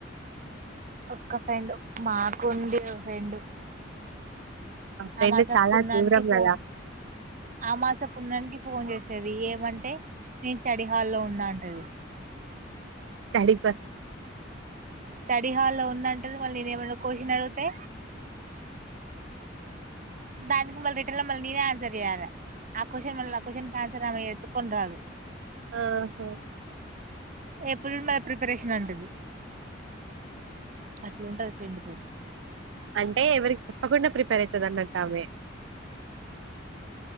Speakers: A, on the right; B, on the right.
A: ఒక్క ఫ్రెండు మాకు ఉంది ఓ ఫ్రెండు
B: ఆ ఫ్రెండ్
A: ఆమాస
B: చాలా
A: పున్నానికి
B: దూరం
A: ఫో
B: గదా
A: అమాస పున్ననికి ఫోన్ చేసి వస్తది ఏమంటే నేను స్టడీ హాల్లో ఉన్నాంటది
B: స్టడీ పస్ట్
A: స్టడీ హాల్లో ఉన్నంటది మళ్ళీ నేను ఏమన్నా కొశన్ అడిగితే దానికి మళ్ళీ రిటర్న్ లో మళ్ళీ నేనే ఆన్సర్ చేయ్యలే ఆ కొశన్ మళ్ళ ఆ కొశన్ ఆన్సర్ ఆమె ఎత్కోని రాదు
B: ఆహా
A: ఎప్పుడు మరి ప్రిపరేషన్ అంటది అట్లూంటది ఫెండ్ తోటి
B: అంటే ఎవరికి చెప్పకుండా ప్రిపేర్ అయితది అన్నట్టు ఆమె